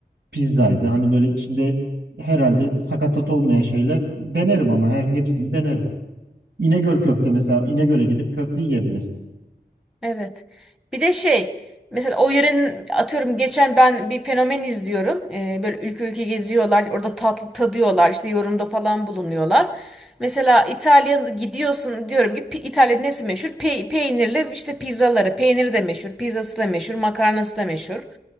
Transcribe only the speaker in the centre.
Evet. Bir de şey mesela o yörenin atıyorum geçen ben bir fenomen izliyorum. Ee, böyle ülke ülke geziyorlar. Orada tatlı tadıyorlar. İşte yorumda falan bulunuyorlar. Mesela İtalya'ya gidiyorsun diyorum ki "Pi- İtalya'da nesi meşhur? Pe- peynirli işte pizzaları. Peyniri de meşhur. Pizzası da meşhur. Makarnası da meşhur.